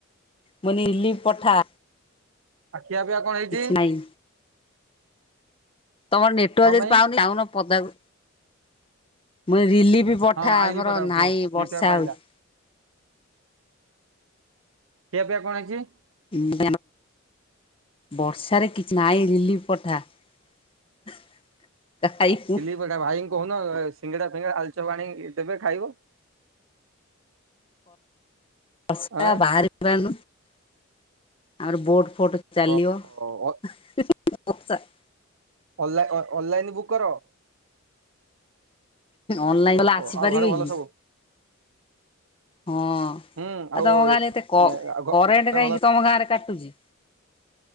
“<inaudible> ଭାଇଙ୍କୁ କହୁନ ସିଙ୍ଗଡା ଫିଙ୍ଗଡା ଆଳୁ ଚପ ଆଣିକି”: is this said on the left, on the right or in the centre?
Right